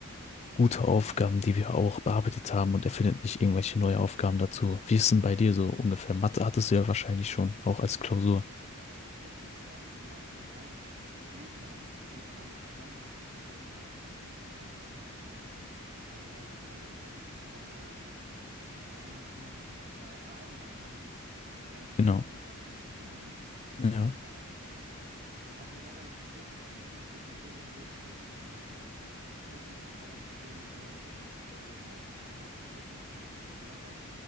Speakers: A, on the left (about 30°); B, on the right (about 45°).
A: gute Aufgaben, die wir auch bearbeitet haben und erfindet nicht irgendwelche neue Aufgaben dazu. Wie ist denn bei dir so ungefähr? Mathe hattest du ja wahrscheinlich schon, auch als Klausur.
B: Ja, tatsächlich. Ich habe Mathe eins schon geschrieben. Da hatten wir viel anal- analytische, äh, ähm, allgemeine, also analytische Form, äh, wie nennt man das genau? Äh, einfach Analytik. Also wir haben wirklich
A: Genau.
B: Formeln analysiert und so weiter.
A: Ja.
B: Und ähm, da hatten wir leider das Pech, dass unsere Professorin sich das ähm, wirklich aus dem äh, Kopf so ausgezogen hat, rausgezogen hat und sich gedacht hat,